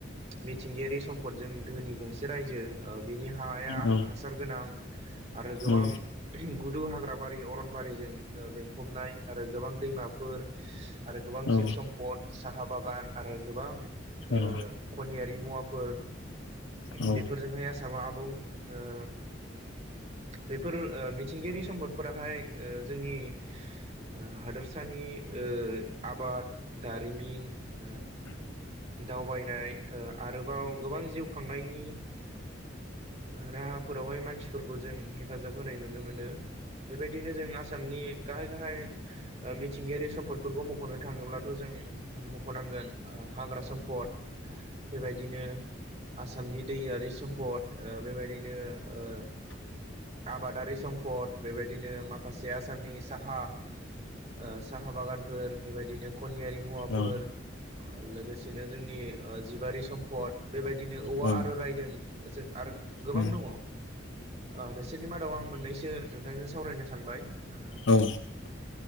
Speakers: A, on the right; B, on the left.
A: मिथिंगायारि सम्पदजों धोनि गंसे रायजो ओ बिनि हाया
B: औ
A: हासार गोनां आरो गोबां
B: औ
A: गुदु हाग्राबारि अरनबारिजों ओ बेंफबनाय आरो गोबां दैमाफोर आरो गोबां
B: औ
A: जिब सम्पद साहा बागान आरो गोबां ओ
B: औ
A: खनियारि मुवाफोर
B: औ
A: बेफोरजोंहाय आसामा आबुं ओ बेफोर ओ मिथिंगायारि सम्पदफोराहाय ओ जोंनि ओ हादोरसानि ओ आबाद दारिमिन ओ दावबायनाय ओ आरोबाव गोबां जिउ खांनायनि ओ राहाफोरावहाय मानसिफोरखौ जों हेफाजाब होनाय नुनो मोनो। ओ बेबायदिनो जों आ सामनि गाहाय गाहाय ओ मिथिंगायारि सम्पदफोरखौ मख'नो थाङोब्लाथ' जों मख'नांगोन हाग्रा सम्फद बेबायदिनो आसामनि दैयारि सम्पद ओ बेबायदिनो ओ आबादारि सम्फद बेबायदिनो माखासे जे आसामनि साहा ओ साहा बागानफोर बेबायदिनो खनियारि मुवाफोर
B: औ
A: लोगोसेनो जोंनि ओ जिबारि सम्पद बेबायदिनो औवा
B: औ
A: आरो रायदों जों आरो गोबां
B: उम
A: दङ। ओ बिसोरनि मादाव आं मोननैसो नोंथांजों सावरायनो सानबाय। ओ
B: औ